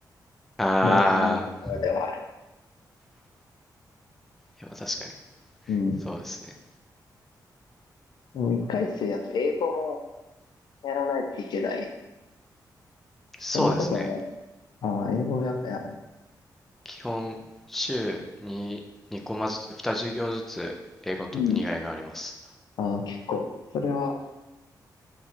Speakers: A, in the centre; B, on the left.
A: あー。
B: 大事なところではある。
A: いやまあ確かに。
B: うん。で
A: そうですね。
B: も一回生だと英語もやらないといけない。
A: そうですね。
B: そんなことはない。ああ、英語もやっぱやる。
A: 基本、週に2コマずつ、2授業ずつ英語と2外があります。
B: うん。ああ、結構。それは、